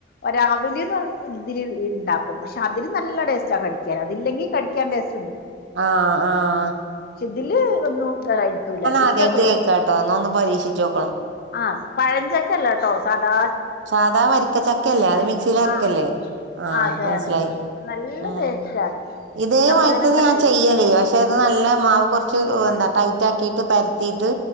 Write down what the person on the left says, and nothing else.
ഒരാവിലിന്ന് ഇതിൽ ഉണ്ടാക്കും പക്ഷെ അതില് നല്ല ടേസ്റ്റ ആ കടിക്കാൻ അതില്ലെങ്കിൽ കടിക്കാൻ ടേസ്റ്റ്
ഇതിൽ ഒന്നും കഴിക്കൂല വിത്തൊക്കെ
പറക്കും
ആ പഴഞ്ചൊക്കെല്ലേ കേട്ടോ സദാ
ആഹ്
അതെ
അതെ നല്ല
ടേസ്റ്റാണ്
നമുക്കിങ്ങനെ
കട്ടെയ്ത്